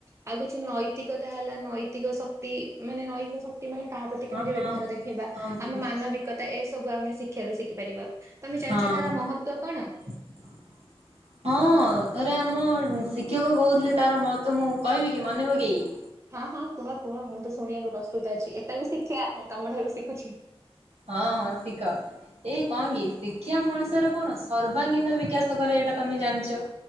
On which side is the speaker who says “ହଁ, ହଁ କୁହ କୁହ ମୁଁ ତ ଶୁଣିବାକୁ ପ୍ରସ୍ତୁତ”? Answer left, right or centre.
Right